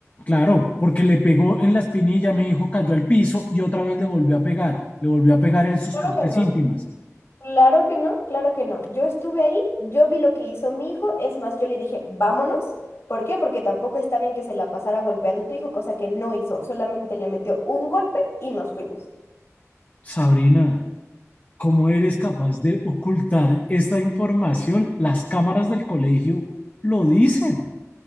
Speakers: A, on the left; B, on the left.
A: Claro, porque le pegó en la espinilla, mi hijo cayó al piso y otra vez le volvió a pegar. Le volvió a pegar en sus
B: Claro
A: partes
B: que no.
A: íntimas.
B: Claro que no, claro que no. Yo estuve ahí, yo vi lo que hizo mi hijo, es más, yo le dije, vámonos. ¿Por qué? Porque tampoco está bien que se la pasara golpeando a tu hijo, cosa que no hizo, solamente le metió un golpe y nos fuimos.
A: Sabrina, ¿cómo eres capaz de ocultar esta información? Las cámaras del colegio lo dicen.